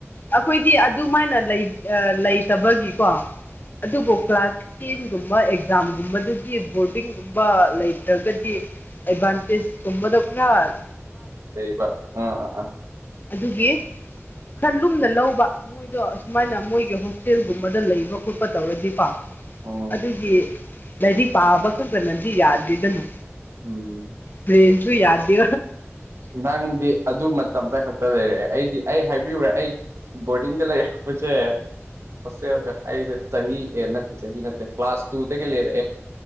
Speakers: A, on the left; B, on the right.
A: ꯑꯩꯈꯣꯏꯗꯤ ꯑꯗꯨꯃꯥꯏꯅ ꯂꯩꯇꯕꯒꯤꯀꯣ ꯑꯗꯨꯕꯨ ꯀ꯭ꯂꯥꯁ ꯇꯦꯟꯒꯨꯝꯕ ꯑꯦꯛꯖꯥꯝꯒꯨꯝꯕꯗꯗꯤ ꯕꯣꯔꯗꯤꯡꯒꯨꯝꯕ ꯂꯩꯇ꯭ꯔꯒꯗꯤ ꯑꯦꯗꯚꯥꯟꯇꯦꯖ ꯇꯝꯕꯗꯈꯔ
B: ꯀꯩꯕ ꯑꯥ ꯑꯥ ꯑꯥ
A: ꯑꯗꯨꯒꯤ ꯈꯔ ꯂꯨꯝꯅ ꯂꯧꯕ ꯃꯣꯏꯗꯣ ꯑꯁꯨꯃꯥꯏꯅ ꯃꯣꯏꯒꯤ ꯍꯣꯁꯇꯦꯜꯒꯨꯝꯕꯗ ꯂꯩꯕ ꯈꯣꯠꯄ ꯇꯧꯔꯗꯤꯀꯣ
B: ꯎꯝ
A: ꯑꯗꯨꯒꯤ ꯂꯥꯏꯔꯤ ꯄꯥꯕ ꯈꯛꯇꯅꯗꯤ ꯌꯥꯗꯦꯗꯅꯣ
B: ꯎꯝ
A: ꯕ꯭ꯔꯟꯁꯨ ꯌꯥꯗ꯭ꯔꯤ
B: ꯅꯪꯗꯤ ꯑꯗꯨ ꯃꯇꯝꯇ ꯈꯛꯇ ꯂꯩꯔꯛꯑꯦ ꯑꯩꯗꯤ ꯑꯩ ꯍꯥꯏꯕꯤꯌꯨꯔꯦ ꯑꯩ ꯕꯣꯔꯗꯤꯡꯗ ꯂꯩꯔꯛꯄꯁꯦ ꯁꯦ ꯑꯩꯁꯦ ꯆꯍꯤ ꯑꯦ ꯅꯠꯇꯦ ꯆꯍꯤ ꯅꯠꯇꯦ ꯀ꯭ꯂꯥꯁ ꯇꯨꯗꯒꯤ ꯂꯩꯔꯦ